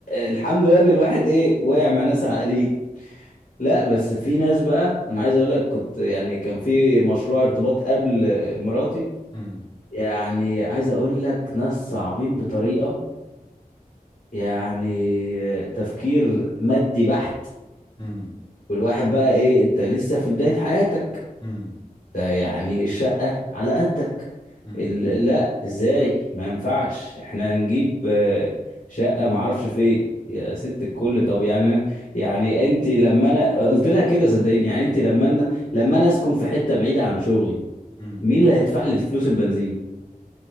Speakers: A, on the left; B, on the left.
A: الحمد لله ان الواحد ايه وقع مع ناس عاقلين لا بس في ناس بقى انا عايز اقول لك كنت يعني كان في مشروع ارتباط قبل مراتي
B: مم.
A: يعني عايز اقول لك ناس صعبين بطريقة يعني تفكير مادي بحت
B: مم.
A: والواحد بقى ايه انت لسه في بداية حياتك
B: مم.
A: ده يعني الشقة على قدك
B: مم.
A: ال- لا ازاي ما ينفعش احنا هنجيب آه، شقة ما اعرفش فين يا ست الكل طب يعني يعني انت لما انا قلت لها كده صدقيني يعني انت لما انا لما انا اسكن في حتة بعيدة عن شغلي
B: امم
A: مين اللي هيدفع لي فلوس البنزين